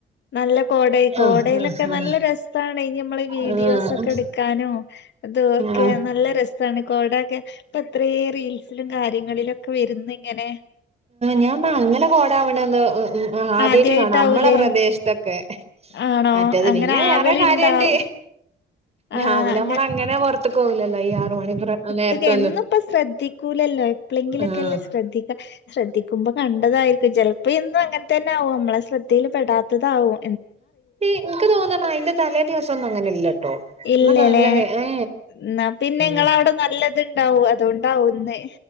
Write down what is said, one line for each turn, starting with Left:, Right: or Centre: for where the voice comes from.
Left: നല്ല കോട കോടയിലൊക്കെ
Right: ആഹ് ആഹ്
Left: നല്ല രസാണെയ് നമ്മള് വീഡിയോസൊക്കെ
Right: ആഹ്
Left: എടുക്കാനും അത് ഓക്കെ
Right: ആഹ്
Left: നല്ല രസാണ് കോ ടൊക്കെ ഇപ്പൊ എത്രെ റീൽസിലും കാര്യങ്ങളിലൊക്കെ വരുന്നിങ്ങനെ
Right: ഞാൻ അങ്ങനെ കോടാവണ ഉം ആ ആദ്യയിട്ട്
Left: ആദ്യായിട്ടാവൂലേ?
Right: കാണാ നമ്മുടെ പ്രദേശത്തൊക്കെ.
Left: ആണോ?
Right: മറ്റേത്
Left: അങ്ങനെ
Right: പിന്നെ വേറെ
Left: ആവല്ണ്ടാവും.
Right: കാര്യണ്ട് രാവിലെ
Left: ആഹ് അങ്ങ
Right: നമ്മളങ്ങനെ പൊറ ത്ത്ക്കോവൂല്ലല്ലോ ഈ ആറ് മണി പ്ര നേരത്തൊന്നും
Left: ത്ക് എന്നിപ്പോ ശ്രദ്ധിക്കൂലല്ലോ എപ്പോഴെങ്കിലൊക്കെല്ലേ
Right: ആഹ്
Left: ശ്രദ്ധിക്ക ശ്രദ്ധിക്കുമ്പോ കണ്ടതായി ചിലപ്പോയന്നും അങ്ങനെതന്നെവും നമ്മളെ ശ്രദ്ധയിൽ പെടാത്തതാകും.
Right: എനിക്ക് തോന്ന്ണ് അതിന്റെ തലേ ദിവസ ഒന്നും അങ്ങനെ ഇല്ലട്ടോ
Left: ഇല്ലലേ
Right: ഇന്നൊക്കെ നല്ല ഏ
Left: ന്നാ പിന്നെ ഇങ്ങളവിടെ
Right: എ
Left: നല്ലത്ണ്ടാവും അതോണ്ടാവും ന്ന്